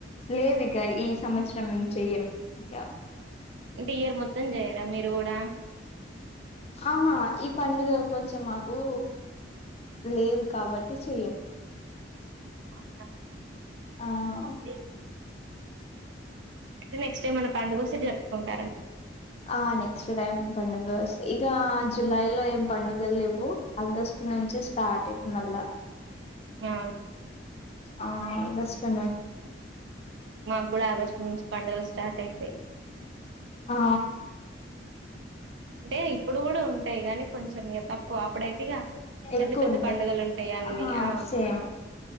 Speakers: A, on the left; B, on the right.
A: లేదు ఇక ఈ సంవత్సరం చెయ్యం ఇక
B: అంటే ఇయర్ మొత్తం చేయరా మీరు కూడా
A: ఆహా ఈ పండుగ కొంచెం ఆ కు లేదు కాబట్టి చెయ్యం
B: ఓకే
A: ఆ
B: ఏ నెక్ట్ ఏమన్నా పండుగొస్తే జరుపుకుంటం
A: ఆ నెక్స్ట్ టైమ్ పండుగ ఇక జులై లో ఏం పండుగలు లెవ్ అగస్ట్ నుంచి స్టార్ట్ అయి మళ్ళా
B: ఆ
A: ఆ ఆగస్టు
B: మాకు కూడా ఆగస్టు నుంచి పండుగలు స్టార్ట్ అయితయి
A: ఆ
B: అంటే ఇప్పుడు కూడా ఉంటాయి నీ కొంచెం త అప్పుడైతేగా పెద్ద
A: ఎక్కువ
B: పెద్ద
A: ఉంటాయి
B: పండుగలు ఉంటాయి అన్ని
A: ఆహా
B: ఆ
A: సేమ్